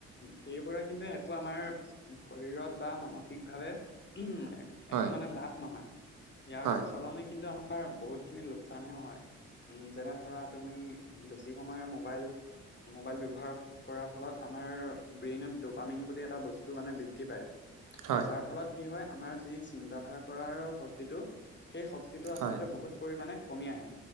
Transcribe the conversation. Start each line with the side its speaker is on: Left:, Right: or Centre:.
Left: সেইবোৰে কিন্তু একো আমাৰ শৰীৰত বা মানসিক ভাৱে উম,
Right: হয়
Left: একো মানে লাভ নহয়। ইয়াৰ
Right: হয়
Left: সলনি কিন্তু আমাৰ, তোমাৰ বহুত খিনি লোকচানহে হয়। উম যেনে ধৰা তুমি বেছি সময় মোবাইল মোবাইল ব্যৱহাৰ কৰাৰ ফলত আমাৰ ব্ৰেইনত ডোপামিন বুলি এটা বস্তু মানে বৃদ্ধি পায়।
Right: হয়
Left: যাৰ ফলত কি হয় আমাৰ যি চিন্তাধাৰা কৰাৰ শক্তিটো, সেই শক্তিটো
Right: হয়
Left: আচলতে
Right: হয়
Left: বহুত পৰিমাণে কমি আহে